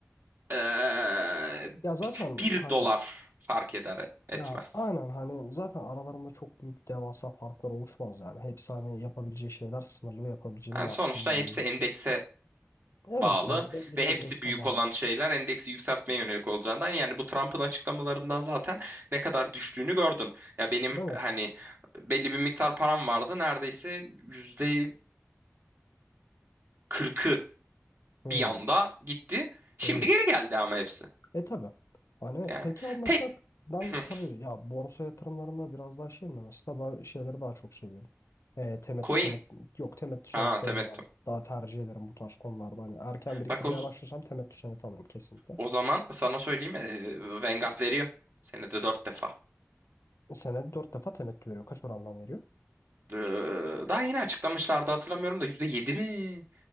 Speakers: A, on the right (about 50°); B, on the left (about 75°).
A: eee,
B: Ya zaten
A: bir
B: hani
A: dolar fark eder etmez.
B: ya aynen hani zaten aralarında çok büyük devasa farklar oluşmaz yani. Hepsi hani yapabileceği şeyler sınırlı ve yapabileceğini
A: Yani
B: maksimum
A: sonuçta hepsi
B: olan yapıyor.
A: endekse
B: Evet
A: bağlı
B: yani belli
A: ve
B: bir
A: hepsi
B: endekse
A: büyük
B: bağlı.
A: olan şeyler endeksi yükseltmeye yönelik olacağından yani bu Trump'ın açıklamalarından zaten ne kadar düştüğünü gördün. Ya benim
B: Evet.
A: hani belli bir miktar param vardı neredeyse yüzde kırkı
B: Hı.
A: bir anda gitti. Şimdi
B: Oo.
A: geri geldi ama hepsi.
B: E tabii. Hani
A: Yani
B: peki abi mesela
A: tek
B: ben
A: <laughs>
B: tabii ya borsa yatırımlarında biraz daha şeyim de mesela ben şeyleri daha çok seviyorum. E, temettü
A: coin.
B: senet yok temettü senetlerini
A: Ha temettü.
B: ben daha tercih ederim bu tarz konularda. Hani erken biriktirmeye
A: Bak o,
B: başlasam temettü seneti alırım kesinlikle.
A: o zaman sana söyleyeyim e, Vanguard veriyor. Senede 4 defa.
B: Senede 4 defa temettü veriyor. Kaç orandan veriyor?
A: Ee, daha yeni açıklamışlardı hatırlamıyorum da %7 mi?